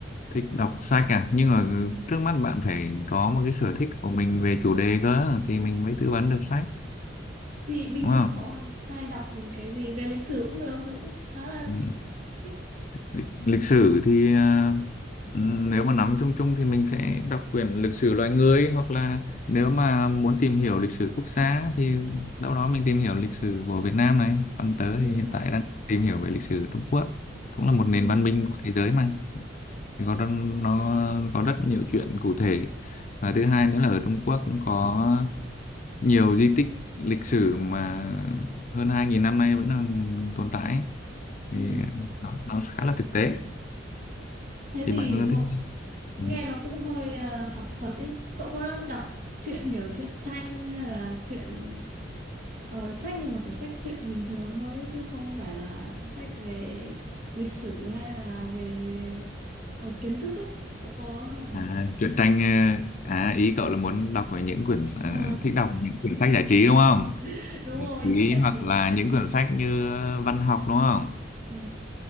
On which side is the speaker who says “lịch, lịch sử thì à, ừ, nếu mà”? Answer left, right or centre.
Left